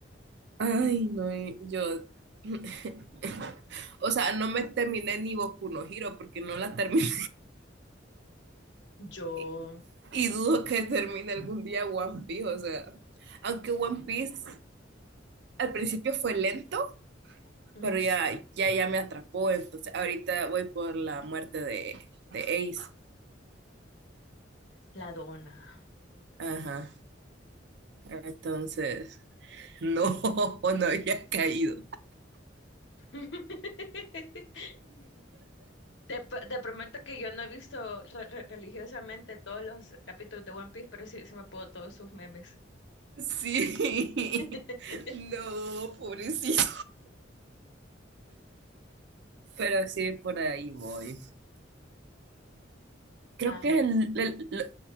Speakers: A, on the right; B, on the left.
A: Ay, no, y yo, <laughs> o sea, no me terminé ni Boku no Hero porque no la terminé
B: yo,
A: <laughs> y dudo que termine algún día One Piece, o sea, aunque One Piece al principio fue lento.
B: ujú,
A: pero ya, ya, ya me atrapó, entonces ahorita voy por la muerte de, de Ace.
B: la dona.
A: Ajá. Entonces, no, <laughs> no había caído.
B: <laughs> Te, p- te prometo que yo no he visto re- re- religiosamente todos los capítulos de One Piece, pero sí, sí me puedo todos sus memes.
A: Sí,
B: <laughs>
A: <laughs> no, pobrecito. Pero sí, por ahí voy. Creo
B: Ay,
A: que el, el- el-